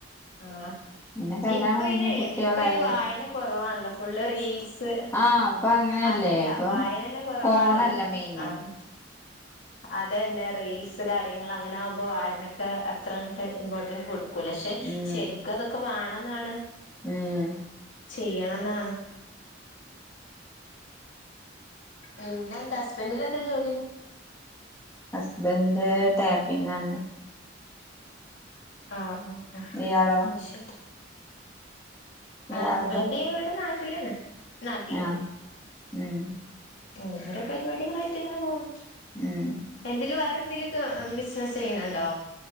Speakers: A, on the left; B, on the left.
A: ആഹ്
B: പിന്നെ കല്യാണം
A: ഇപ്പയ്നേ
B: കഴിഞ്ഞു കുട്ട്യാളായി
A: ഇപ്പയ്ന് വായന കൊറവാണല്ലോ ഫുള്ള് റീൽസ്.
B: ആഹ് ഇപ്പൊ അങ്ങനെയല്ലേ
A: അതല്ല
B: ഇപ്പൊ
A: വായനന്നെ കൊറവാണല്ലോ
B: ഫോണല്ലേ മെയിന്
A: ആഹ്. അതന്നെ റീൽസ് കാര്യങ്ങൾ അങ്ങനെ ആകുമ്പോ വായനക്ക് അത്രങ്ങട്ട് ഇമ്പോർട്ടന്റ് കൊടു ക്കൂല. പക്ഷെ
B: ഉം
A: ശരിക്കും അതൊക്കെ വേണംന്നാണ്.
B: ഏഹ്.
A: ചെയ്യണംന്നാണ്. പിന്ന എന്താ ഹസ്ബന്ഡന് എന്താ ജോലി
B: ഹസ്ബൻഡ് ടാപ്പിംഗ് ആണ്
A: ആ ആ
B: ഇയാളോ
A: അയ് ശരി
B: ഇയാളതോ
A: ഹസ്ബൻഡ്‌ ഇവിടെ നാ ട്ടിലാണ് നാട്ടിലാന്
B: ആഹ് ഉം
A: ഇങ്ങനെ ഓരേ പരിപാടികളായിട്ട് ഇങ്ങനെ പോണ്
B: ഉം
A: എന്തേലും വേറെന്തേലും ക്കെ ബിസിനസ്സ് ചെയ്യണണ്ടോ